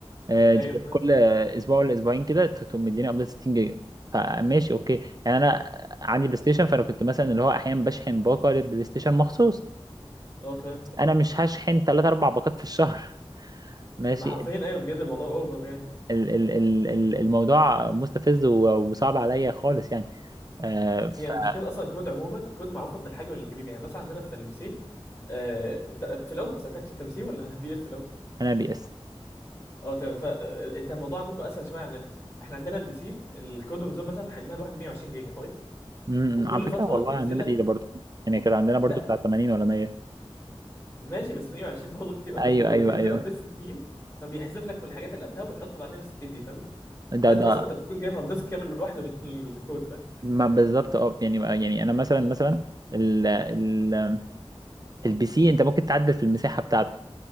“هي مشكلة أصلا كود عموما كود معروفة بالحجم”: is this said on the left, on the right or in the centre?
Left